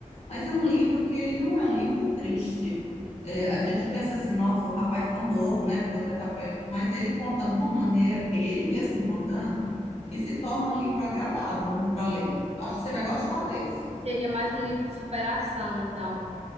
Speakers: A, on the left; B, on the right.
A: Mas é um livro que ele não é um livro triste. É, a gente pensa assim, nossa, um rapaz tão novo, né? Ficou tetraplégico. Mas
B: E
A: ele conta de uma maneira, porque ele mesmo contando, que se torna um livro agradável para ler. Eu Acho que você vai gostar desse.
B: Seria mais um livro de superação, então.